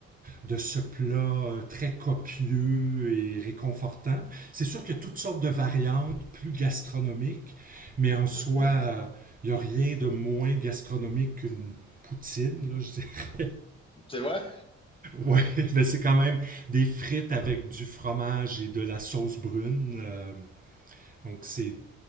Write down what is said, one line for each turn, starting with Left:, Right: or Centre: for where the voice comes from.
Right: de ce plat euh, très copieux et réconfortant. C'est sûr qu'il y a toutes sortes de variantes plus gastronomiques, mais en soi,
Left: OK.
Right: euh, il n'y a rien de moins gastronomique qu'une poutine, là, je dis. <laughs>
Left: C'est vrai?
Right: Ouais, mais c'est quand même des frites avec du fromage et de la sauce brune. euh, donc c'est